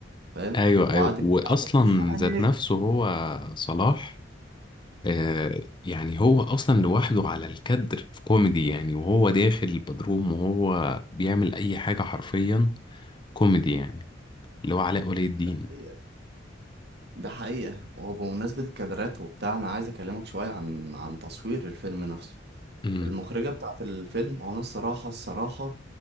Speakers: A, on the right (about 60°); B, on the left (about 25°).
A: فاهم
B: ايوه
A: وقعد
B: ايوه واصلا
A: يعني الحقني
B: ذات نفسه هو صلاح آه يعني هو اصلا لوحده على الكدر في كوميدي يعني وهو داخل البدروم وهو بيعمل اي حاجه حرفيا كوميدي يعني اللي هو علاء ولي الدين
A: ده حقيقة ده حقيقة وبمناسبة الكادرات وبتاع أنا عايز أكلمك شوية عن عن تصوير الفيلم نفسه
B: امم
A: المخرجة بتاعة الفيلم أنا الصراحة الصراحة